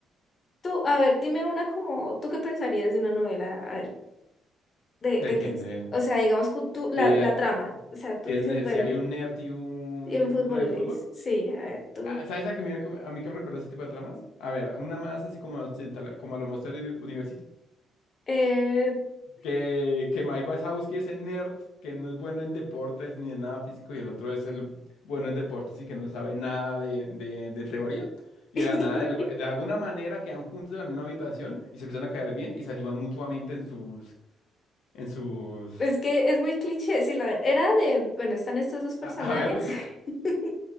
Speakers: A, on the left; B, on the left.
A: tú, a ver, dime una como, ¿tú qué pensarías de una novela? A ver, de,
B: ¿De
A: de
B: qué?
A: que,
B: De...
A: o sea, digamos que tú, la,
B: Sí,
A: la
B: eh,
A: trama. O sea, tú
B: Si,
A: dices,
B: es ne-
A: bueno.
B: si hay un nerd y un,
A: Y en fútbol,
B: uno de fútbol.
A: Luis. Sí, a ver, tú.
B: Ah, ¿Sabes a, que me a mí que me recuerda ese tipo de tramas? A ver, una más así como occidental, como a lo Monster University.
A: eh,
B: Que, que Mike Wazowski es el nerd, que no es bueno en deportes ni en nada físico, y el otro es el bueno en deportes y que no sabe nada de, de, de teoría. Y
A: <laughs>
B: de la nada, de, algo- de alguna manera quedan juntos en la misma habitación y se empiezan a caer bien y se ayudan mutuamente en sus, en sus,
A: Es que es muy cliché, sí, la verdad. Era de, bueno, están estos dos personajes.
B: a, a ver, <laughs>
A: <laughs>